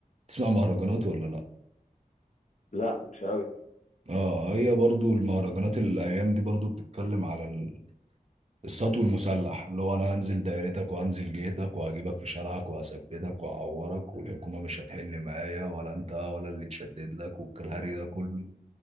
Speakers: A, on the right (about 45°); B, on the left (about 55°).
A: تسمع مهرجانات ولا لا
B: لا مش قوي
A: اه هي برضو المهرجانات الايام دي برضو بتتكلم على السطو المسلح اللي هو انا هنزل دايرتك وهنزل جيتك وهجيبك في شارعك وهثبتك وهعورك والحكومه مش هتحل معايا ولا انت ولا اللي تشدد لك والكلهري ده كله